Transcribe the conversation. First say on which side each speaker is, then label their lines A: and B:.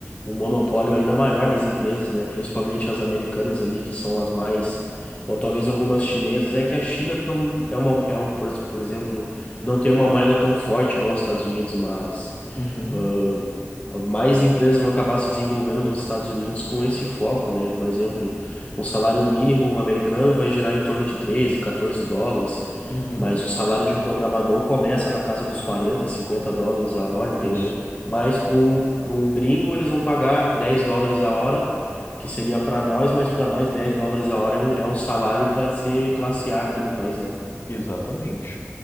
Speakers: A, on the left; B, on the left.
A: um monopólio ainda maior das empresas, né? Principalmente as americanas ali, que são as mais, ou talvez algumas chinesas. É que a China não é uma, é um, por, por exemplo, não tem uma moeda tão forte igual os Estados Unidos, mas
B: Uhum.
A: ah, mais empresas vão acabar se desenvolvendo nos Estados Unidos com esse foco, né? Por exemplo, um salário mínimo americano vai girar em torno de 13, 14 dólares,
B: Uhum.
A: mas o salário de um programador começa na casa dos 40, 50 dólares a hora, entendeu?
B: Isso.
A: Mas para um, para um gringo eles vão pagar 10 dólares a hora, que seria para nós, mas para nós 10 dólares a hora é um, é um salário para ser classe A aqui no país, né?
B: Exatamente.